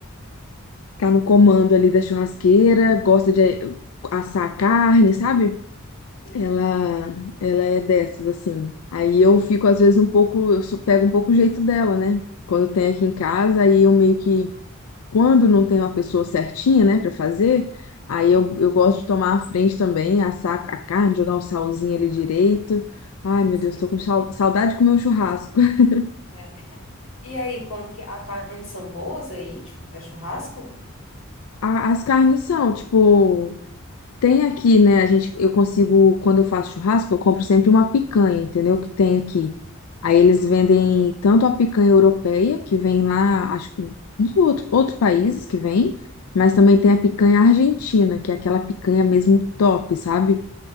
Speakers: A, on the left; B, on the left.
A: Tá no comando
B: Não.
A: ali da churrasqueira, gosta de eh, assar carne, sabe?
B: é.
A: Ela,
B: Uhum.
A: ela é dessas, assim. Aí eu fico, às vezes, um pouco, eu su- pego um pouco o jeito dela, né? Quando tem aqui em casa, aí eu meio que, quando não tem uma pessoa certinha, né, pra fazer, aí
B: Uhum.
A: eu, eu gosto de tomar a frente também, assar a carne, jogar o salzinho ali direito. Ai, meu
B: Sim.
A: Deus, tô com sau- saudade de comer um churrasco. <laughs>
B: é. E aí, como que a carne são boas aí, tipo, para churrasco?
A: A- As carnes são, tipo, Tem aqui, né? A gente, eu consigo, quando eu faço churrasco, eu compro sempre uma picanha, entendeu? Que tem aqui. Aí eles
B: Ah,
A: vendem
B: tá.
A: tanto a picanha europeia, que vem lá, acho que de outro, outros países que vem, mas também tem a picanha argentina, que é aquela picanha mesmo top, sabe?